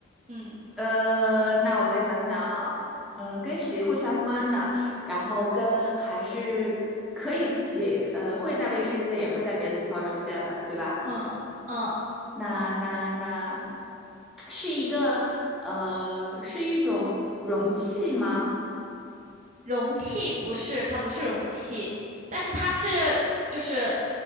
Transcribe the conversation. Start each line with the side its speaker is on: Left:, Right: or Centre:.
Right: 嗯
Centre: 呃，那我再想想，嗯，跟洗护相关的，然后跟还是可以也呃会在卫生间，也会在别的地方出现的，对吧？
Right: 嗯嗯，
Centre: 那那那是一个呃，是一种容器吗？
Right: 容器不是，它不是容器，但是它是就是